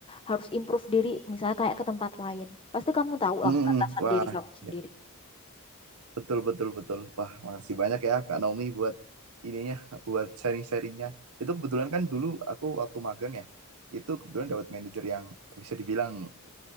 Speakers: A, on the left; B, on the right.
A: harus improve diri, misalnya kayak ke tempat lain. Pasti kamu tahu lah
B: Mm-mm.
A: batasan
B: Wah,
A: diri kamu sendiri.
B: iya. Betul betul betul. Wah, makasih banyak ya Kak Naomi buat ininya, buat sharing-sharingnya. Itu kebetulan kan dulu aku waktu magang ya, itu kebetulan dapat manajer yang bisa dibilang